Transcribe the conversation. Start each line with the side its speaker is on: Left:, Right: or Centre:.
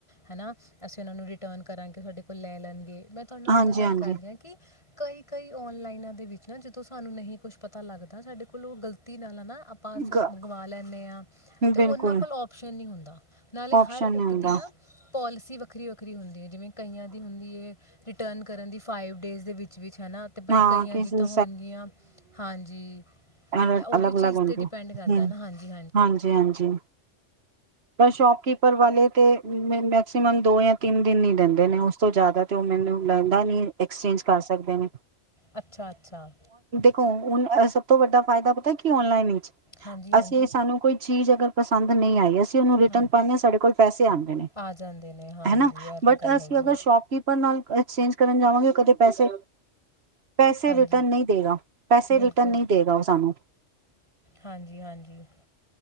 Left: ਹੈ ਨਾ ਅਸੀਂ ਉਹਨਾਂ ਨੂੰ ਰਿਟਰਨ ਕਰਾਂਗੇ ਸਾਡੇ ਕੋਲ ਲੈ ਲੈਣਗੇ। ਮੈਂ ਤੁਹਾਨੂੰ
Right: ਹਾਂਜੀ
Left: ਓਦਾਂ ਗੱਲ
Right: ਹਾਂਜੀ
Left: ਕਰ ਰਹੀ ਹਾਂ ਕਿ ਕਈ ਕਈ ਔਨ ਲਈਨਾਂ ਦੇ ਵਿੱਚ ਨਾ ਜਦੋਂ ਸਾਨੂੰ ਨਹੀਂ ਕੁੱਛ ਪਤਾ ਲੱਗਦਾ ਸਾਡੇ ਮੰਨ ਲਓ ਉਹ ਗ਼ਲਤੀ ਨਾਲ ਹੈ ਨਾ ਆਪਾਂ ਅ
Right: ਗ
Left: ਮੰਗਵਾ ਲੈਂਨੇ ਆ ਤੇ
Right: ਬਿਲਕੁਲ
Left: ਉਹਨਾਂ ਕੋਲ ਆਪਸ਼ਨ ਨਹੀਂ ਹੁੰਦਾ ਨਾਲੇ
Right: ਓਪਸ਼ਨ
Left: ਹਰ
Right: ਨਹੀਂ
Left: ਇੱਕ
Right: ਹੁੰਦਾ
Left: ਦੀ ਨਾ ਪੋਲਿਸੀ ਵੱਖਰੀ ਵੱਖਰੀ ਹੁੰਦੀ ਹੈ ਜਿਵੇਂ ਕਈਆਂ ਦੀ ਹੁੰਦੀ ਏ ਰਿਟਰਨ ਕਰਨ ਦੀ ਫਾਈਵ ਡੇਜ਼ ਦੇ ਵਿੱਚ ਵਿੱਚ ਹਨਾ ਤੇ ਬਈ
Right: ਹਾਂ
Left: ਕਈਆਂ
Right: ਕਿਸੇ
Left: ਦੀ ਤਾਂ ਹੋਣਗੀਆਂ ਹਾਂਜੀ
Right: ਅ
Left: ਇਹ ਉਹ
Right: ਅਲੱਗ
Left: ਵੀ
Right: ਅਲੱਗ
Left: ਚੀਜ਼
Right: ਹੁੰਦੀ
Left: ਤੇ ਡਿਪੈਂਡ ਕਰਦਾ
Right: ਹਮ
Left: ਨਾ ਹਾਂਜੀ
Right: ਹਾਂਜੀ ਹਾਂਜੀ ਪਰ ਸ਼ੋਪਕਿਪਰ ਵਾਲੇ ਤੇ ਮੈਕਸੀਮਮ ਦੋ ਜਾਂ ਤਿੰਨ ਦਿਨ ਹੀ ਦਿੰਦੇ ਨੇ ਉਸ ਤੋਂ ਜ਼ਿਆਦਾ ਤੇ ਉਹ ਮੈਨੂੰ ਲੈਂਗਦਾ ਨ ਐਕਸਚੇਂਜ ਕਰ ਸਕਦੇ ਨੇ।
Left: ਅੱਛਾ ਅੱਛਾ
Right: ੁਣ ਸਭ ਤੋਂ ਵੱਡਾ ਫਾਇਦਾ ਪਤਾ ਕੀ ਔਨਲਾਈਨ ਵਿੱਚ
Left: ਹਾਂਜੀ ਹਾਂਜੀ
Right: ਅਸੀਂ ਸਾਨੂੰ ਕੋਈ ਚੀਜ਼ ਅਗਰ ਪਸੰਦ ਨਹੀਂ ਆਈ ਹੈ ਉਹਨੂੰ ਰਿਟਰਨ
Left: ਹਾਂਜੀ
Right: ਪਾਉਦੇ ਹਾਂ ਸਾਡੇ ਕੋਲ ਪੈਸੇ ਆਉਂਦੇ ਨੇ
Left: ਆ ਜਾਂਦੇ ਨੇ ਹਾਂਜੀ
Right: ਹਨਾ
Left: ਇਹ
Right: ਬਟ
Left: ਤਾਂ ਗੱਲ
Right: ਅਸੀਂ
Left: ਹੈਗੀ
Right: ਅਗਰ
Left: ਆ
Right: ਸ਼ੋਪਕੀਪਰ ਨਾਲ ਐਕਸਚੇਂਜ ਕਰਨ ਜਾਵਾਂਗੇ ਉਹ ਕਦੇ ਪੈਸੇ ਪੈਸੇ
Left: ਹਾਂਜੀ
Right: ਰਿਟਰਨ ਨਹੀਂ ਦੇਗਾ ਪੈਸੇ
Left: ਬਿਲਕੁਲ
Right: ਰਿਟਰਨ ਨਹੀਂ ਦੇਗਾ ਉਹ ਸਾਨੂੰ
Left: ਹਾਂਜੀ ਹਾਂਜੀ